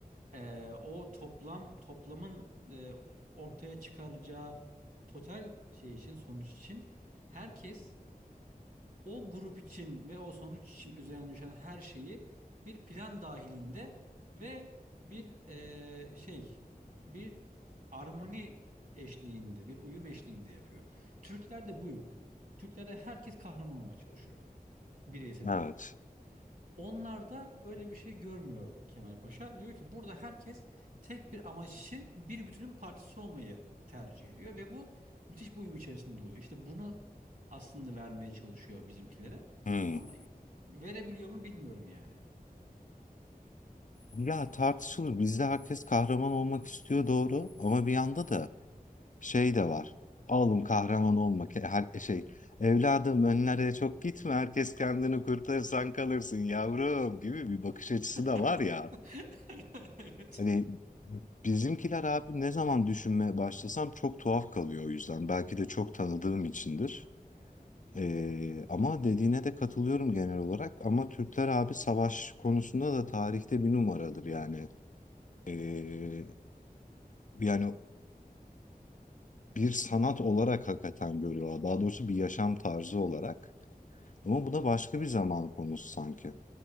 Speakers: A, on the right; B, on the left.
A: Eee, o toplam toplamın eee, ortaya çıkaracağı total şey için sonuç için herkes o grup için ve o sonuç için üzerine düşen her şeyi bir plan dahilinde ve bir eee, şey bir armoni eşliğinde bir uyum eşliğinde yapıyor. Türklerde bu yok. Türklerde herkes kahraman olmaya çalışıyor bireysel olarak.
B: Evet.
A: Onlarda öyle bir şey görmüyor Kemal Paşa. Diyor ki burada herkes tek bir amaç için bir bütünün partisi olmayı tercih ediyor ve bu müthiş bir uyum içerisinde oluyor. İşte bunu aslında vermeye çalışıyor bizimkilere
B: Hımm.
A: ama verebiliyor mu bilmiyorum yani.
B: Ya, tartışılır. Bizde herkes kahraman olmak istiyor, doğru ama bir yanda da şey de var. "Oğlum kahraman olmak Ke her e, şey, "Evladım önlere çok gitme, herkes kendini kurtarırsan kalırsın yavrum." gibi bir bakış açısı
A: <laughs>
B: da var ya.
A: evet.
B: Hani, bizimkiler abi ne zaman düşünmeye başlasam çok tuhaf kalıyor o yüzden. Belki de çok tanıdığım içindir. Eee, ama dediğine de katılıyorum genel olarak ama Türkler abi savaş konusunda da tarihte bir numaradır yani. Eee, yani bir sanat olarak hakikaten görüyorlar. Daha doğrusu bir yaşam tarzı olarak. Ama bu da başka bir zaman konusu sanki.